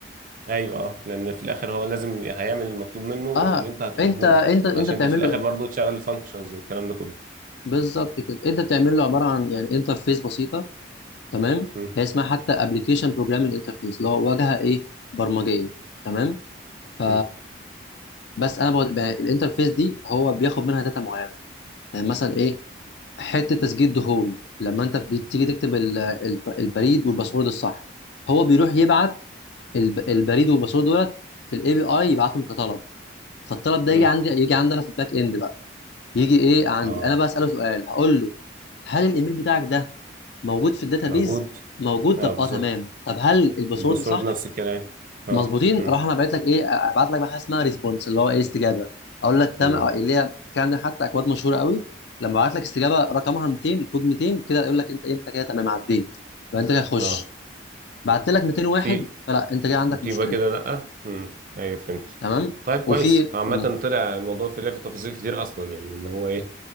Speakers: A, on the right (about 45°); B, on the left (about 65°).
A: ايوه اه لان في الاخر هو لازم هيعمل المطلوب منه
B: اه
A: اللي انت هتقوله
B: انت انت
A: له
B: انت
A: عشان
B: بتعمل
A: انت في الاخر
B: له
A: برضو تشغل الفانكشنز والكلام ده كله
B: بالظبط كده انت بتعمل له عباره عن يعني انترفيس بسيطه تمام
A: مم.
B: هي اسمها حتى ابلكيشن بروجرامنج انترفيس اللي هو واجهه ايه برمجيه تمام ف
A: مم.
B: بس انا بقعد- بقى الانترفيس دي هو بياخد منها داتا معينه يعني مثلا ايه حته تسجيل دخول لما انت بتيجي تكتب ال- ال- البريد والباسورد الصح هو بيروح يبعت الب- البريد والباسورد دولت في الاي بي اي يبعتهم كطلب فالطلب ده
A: مم.
B: يجي عندي يجي عندي انا في الباك اند بقى يجي ايه عندي
A: اه
B: انا بقى اساله سؤال هقول له هل الايميل بتاعك ده موجود في الداتابيز
A: موجود
B: موجود طب
A: اه بالظبط
B: اه تمام طب هل الباسورد
A: الباسورد
B: صح
A: نفس الكلام اه
B: مظبوطين
A: مم.
B: راح انا بعت لك ايه ابعت لك بقى حاجه اسمها ريسبونس اللي هو ايه استجابه اقول لك
A: مم.
B: تم آه، اللي هي في عندنا حتى اكواد مشهوره قوي لما ابعت لك استجابه رقمها 200 الكود 200 كده يقول لك انت ايه، انت كده تمام عديت يبقى انت كده خش
A: اه
B: بعت لك 201
A: في
B: فلا انت كده عندك مشكله
A: يبقى كده لأ مم. أيوه فهمت
B: تمام
A: طيب كويس
B: وفي
A: عامة
B: مم.
A: طلع الموضوع في في تفاصيل كتير أصلا يعني إن هو إيه